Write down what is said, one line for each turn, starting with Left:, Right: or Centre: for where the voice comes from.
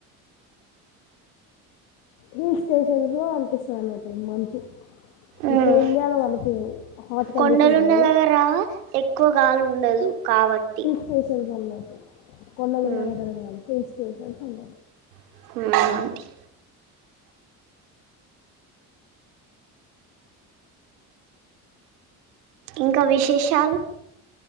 Left: హిల్స్ స్టేషన్ ఇదో అనిపిస్తాదనట్టు మంచు
Right: ఉమ్.
Left: ఇంకా ఇండియాలో కనిపిదు హాట్ కండిషన్స్
Right: కొండలు ఉన్న
Left: వల్ల
Right: దగ్గర ఎక్కువ గాలి ఉండదు కాబట్టి
Left: స్టేషన్కు అన్నట్టు కొండలు
Right: ఉమ్.
Left: ఉన్నా దగ్గరనే హిల్స్ స్టేషన్ అంటర్
Right: ఉమ్ ఇంక విశేషాలు